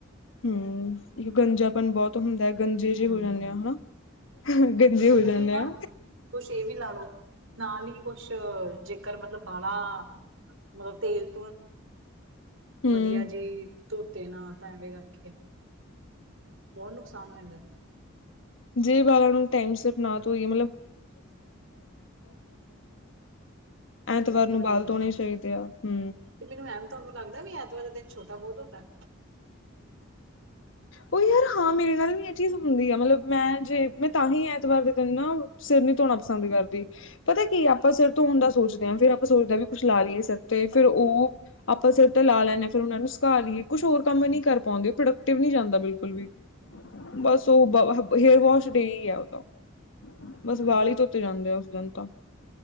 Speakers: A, on the left (about 70°); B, on the right (about 70°).
A: ਹਮ ਇੱਕ ਗੰਜਾਪਣ ਬਹੁਤ ਹੁੰਦਾ ਹੈ ਗੰਜੇ ਜਿਹੇ
B: ਹੂੰ
A: ਹੋ ਜਾਂਦੇ ਆ ਹਨਾ ਗੰਜੇ ਹੋ
B: ਉਹੀ
A: ਜਾਂਦੇ
B: ਨਾ
A: ਆ
B: ਕੁਛ ਇਹ ਵੀ ਲਾ ਲਓ ਨਾਲ ਹੀ ਕੁਛ ਜੇਕਰ ਮਤਲਬ ਬਾੜਾ ਮਲਬ ਤੇਲ
A: ਹੂੰ
B: ਵਧੀਆ ਜੀ ਧੋਤੇ ਨਾ ਤਾਂ ਐਵੇਂ ਕਰਕੇ ਬਹੁਤ ਨੁਕਸਾਨ ਹੋ ਜਾਂਦਾ ਨੇ <unintelligible>
A: ਜੇ ਬਾਲਾਂ ਨੂੰਟਾਈਮ ਸਿਰ ਨਾ ਧੋਈਏ ਐਤਵਾਰ
B: ਬਹੁਤ
A: ਨੂੰ
B: ਵਧੀਆ
A: ਬਾਲ
B: ਦਿਨ
A: ਧੋਣੇ
B: ਆ
A: ਚਾਹੀਦੇ ਆ ਹਮ
B: ਤੇ ਮੈਨੂੰ ਐਂ ਵੀ ਤੁਹਾਨੂੰ ਲੱਗਦਾ ਵੀ ਐਤਵਾਰ ਦਿਨ ਛੋਟਾ ਬਹੁਤ ਹੁੰਦਾ
A: ਉਹ ਯਾਰ ਹਾਂ ਮੇਰੇ ਨਾਲ ਵੀ ਚੀਜ਼ ਹੁੰਦੀ ਆ ਮਤਲਬ ਮੈਂ ਜੇ ਮੈਂ ਤਾਂ ਹੀ ਐਤਵਾਰ ਦੇ ਦਿਨ ਨਾ ਸਿਰ ਨੀ ਧੋਣਾ ਪਸੰਦ ਕਰਦੀ ਪਰ ਪਤਾ ਕੀ ਆਪਾਂ ਸਿਰ ਤੋਂ ਹਣ ਦਾ ਸੋਚਦੇ ਹਾਂ ਫਿਰਰਾਂ ਸੋਚਦੇ ਵੀ। ਕੁੱਛ ਲਾ ਲਈਏ ਸਿਰ ਤੇ ਫਿਰ ਉਹ ਆਪਾਂ ਸਿਰ ਤੇ ਲਾ ਲੈਂਦੇ ਹਾਂ ਫਿਰ ਉਹਨਾ ਨੂੰ ਸੁਕਾਾ ਲਈਏ ਕੁੱਛ ਹੋਰ ਕੰਮ ਨੀ ਕਰ ਪਾਉਂ। ਪ੍ਰੋਡਕਟਿਵ ਨਹੀਂ ਜਾਂਦਾ ਬਿਲਕੁਲ ਵੀ। ਬਸ ਉਹ ਹੇਅਰ ਵੋਸ਼ ਡਈ ਗਿਆ ਉਹ ਤਾਂ ਬਸ ਵਾਲ ਹੀ ਧੋਤੇ ਜਾਂਦੇ ਆ ਉਸ ਦਿਨ ਤਾਂ